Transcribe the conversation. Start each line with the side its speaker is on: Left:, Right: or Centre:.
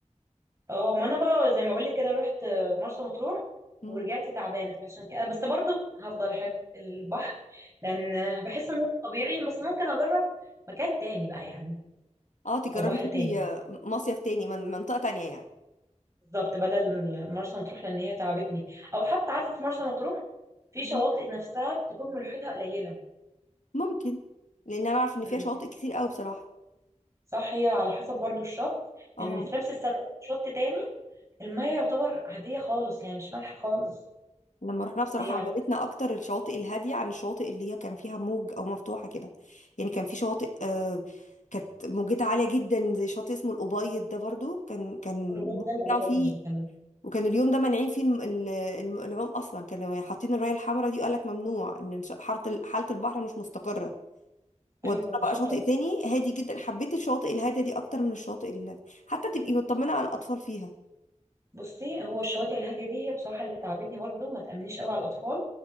Right: اه ما انا بقى زي ما اقولك كده رحت مرسى مطروح
Left: يعني
Right: ورجعت تعبانة فعشان كده بس برضه هفضل احب البحر لان بحس انه طبيعي بس ممكن اجرب مكان تاني بقى يعني
Left: اه تجربي
Right: او بحر
Left: تروحي
Right: تاني
Left: آه، مصيف تاني من منطقة تانية يعني
Right: بالظبط بدل مرسى مطروح لان هي تعبتني او حتى عارفه في مرسى مطروح في شواطئ
Left: مم.
Right: نفسها بتكون ملوحتها قليله
Left: ممكن لان انا اعرف ان
Right: امم
Left: فيها شواطئ كتير قوي بصراحة
Right: صح هي على حسب برضو الشط
Left: اه
Right: ان في نفس السنه رحت شط تاني الميه يعتبر عاديه خالص يعني مش مالحه خالص
Left: لما رحنا بصراحة
Right: هي على
Left: عجبتنا اكتر الشواطئ الهادية عن الشواطئ اللي هي كان فيها موج او مفتوحة كده يعني كان في شواطئ آه كانت موجتها عالية جدا زي شاطئ اسمه الأبيض ده برضو كان كان
Right: الغوص
Left: الموج
Right: ده اللي
Left: بتاعه
Right: عجبني
Left: فيه
Right: اللي كان
Left: وكان اليوم ده مانعين فيه الم- ال- الم- العوم اصلا كانوا حاطين الراية الحمراء دي وقال لك ممنوع ان إنش- حارة ال- حالة البحر مش مستقرة
Right: ايوه
Left: ودونا
Right: هو
Left: بقى
Right: خطر
Left: شاطئ تاني هادي جدا حبيت الشواطئ الهاديه دي اكتر من الشواطئ اللي حتى تبقي مطمنه على الاطفال فيها
Right: بصي هو الشواطئ الهاديه دي هي بصراحه اللي تعبتني برضو ما تامنيش قوي على الاطفال